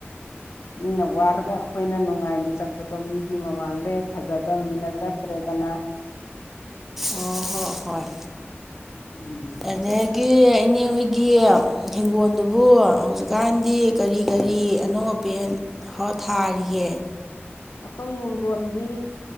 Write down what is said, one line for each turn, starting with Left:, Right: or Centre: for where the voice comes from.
Left: ꯃꯤꯅ ꯋꯥꯔꯒ ꯑꯩꯈꯣꯏꯅ ꯅꯨꯡꯉꯥꯏꯅ ꯆꯠꯄꯗꯣ ꯃꯤꯒꯤ ꯃꯃꯥꯡꯗ ꯐꯖꯗꯝꯕꯅꯤꯅ ꯆꯠꯇ꯭ꯔꯦ ꯗꯅ
Centre: ꯑꯣ ꯍꯣ ꯍꯣꯏ
Left: ꯎꯝ
Centre: ꯑꯗꯒꯤ ꯏꯅꯦ ꯍꯣꯏꯒꯤ ꯍꯤꯡꯒꯣꯜꯗꯨꯕꯨ ꯍꯧꯖꯤꯛꯀꯥꯟꯗꯤ ꯀꯔꯤ ꯀꯔꯤ ꯤ ꯑꯅꯧꯕ ꯄꯦꯟ ꯊꯥꯔꯤꯌꯦꯦ
Left: ꯑꯩꯈꯣꯏ ꯍꯤꯡꯈꯣꯟꯗꯤ